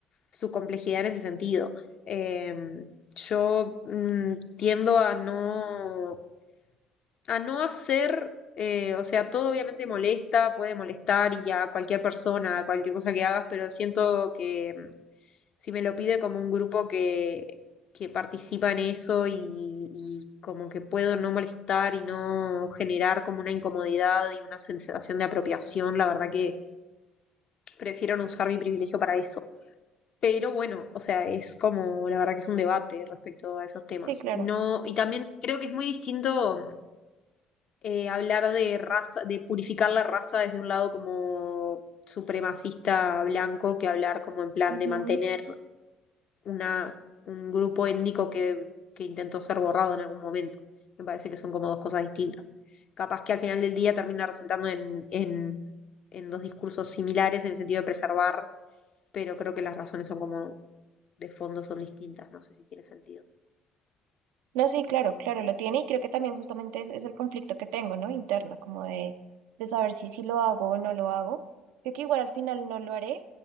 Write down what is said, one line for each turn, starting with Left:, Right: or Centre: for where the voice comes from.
Left: su complejidad en ese sentido. Em, yo mm, tiendo a no, a no hacer, eh, o sea, todo obviamente molesta, puede molestar y a cualquier persona, a cualquier cosa que hagas, pero siento que mm, si me lo pide como un grupo que, que participa en eso y, y como que puedo no molestar y no generar como una incomodidad y una sensación de apropiación, la verdad que prefiero no usar mi privilegio para eso. Pero bueno, o sea, es como, la verdad que es un debate respecto a esos temas.
Right: sí, claro.
Left: No, y también creo que es muy distinto eh, hablar de raza, de purificar la raza desde un lado como supremacista blanco que hablar como en plan
Right: Ujú.
Left: de mantener una, un grupo étnico que, que intentó ser borrado en algún momento. Me parece que son como dos cosas distintas. Capaz que al final del día termina resultando en, en en dos discursos similares en el sentido de preservar pero creo que las razones son como de fondo son distintas, no sé si tiene sentido.
Right: No, sí, claro, claro, lo tiene y creo que también justamente es, es el conflicto que tengo, ¿no? Interno, como de, de saber si sí lo hago o no lo hago. Creo que igual al final no lo haré,